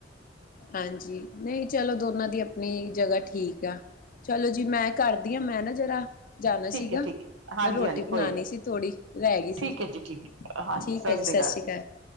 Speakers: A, on the left; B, on the right.
A: ਹਾਂਜੀ, ਨਹੀਂ ਚਲੋ ਦੋਨਾਂ ਦੀ ਆਪਣੀ ਜਗ੍ਹਾ ਠੀਕ ਆ। ਚਲੋ ਜੀ, ਮੈਂ ਕਰਦੀ ਹਾਂ ਮੈਂ ਨਾ ਜ਼ਰਾ ਜਾਣਾ
B: ਠੀਕ
A: ਸੀਗਾ
B: ਹੈ ਠੀਕ ਹੈ ਹਾਂਜੀ
A: ਮੈਂ ਰੋਟੀ
B: ਹਾਂਜੀ ਕੋਈ
A: ਬਣਾਣੀ
B: ਨੀ
A: ਸੀ, ਥੋੜ੍ਹੀ ਰਹਿ ਗਈ
B: ਠੀਕ
A: ਸੀ।
B: ਹੈ ਜੀ ਠੀਕ ਹਾਂਜੀ
A: ਠੀਕ
B: ਸਤਿ
A: ਹੈ ਜੀ
B: ਸ੍ਰੀ
A: ਸ਼ਸ਼ੀਕਾਲ।
B: ਅਕਾਲ